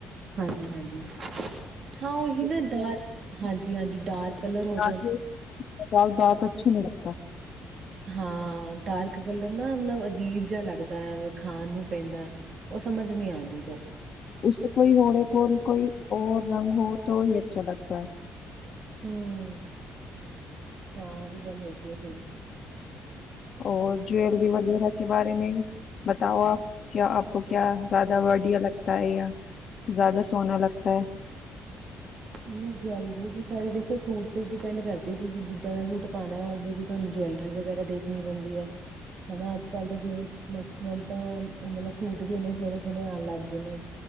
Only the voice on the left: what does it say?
ਤਾਕੇ ਡਾਰਕ ਡਾਕ ਅੱਛਾ ਨੀ ਲੱਗਤਾ।
ਉਸ ਕੋਈ ਹੋੜੇ ਕੋਲ ਕੋਈ ਰ ਰੰਗ ਹੋ ਤਾਂ ਹੀ ਅੱਛਾ ਲਗਦਾ ਹੈ।
ਹੋਰ ਜਵਲਰੀ ਵਗੈਰਾ। ਕੇ ਬਾਰੇ ਮ ਬਤਾਓ ਆਪ ਕ ਆਪ ਕਿਆ ਜ਼ਿਆਦਾ ਵਡਆ ਲਗਦਾ ਹੈ ਜਾਂ ਜ਼ਿਆਦਾ ਸੋਨਾ ਲਗਦਾ ਹੈ।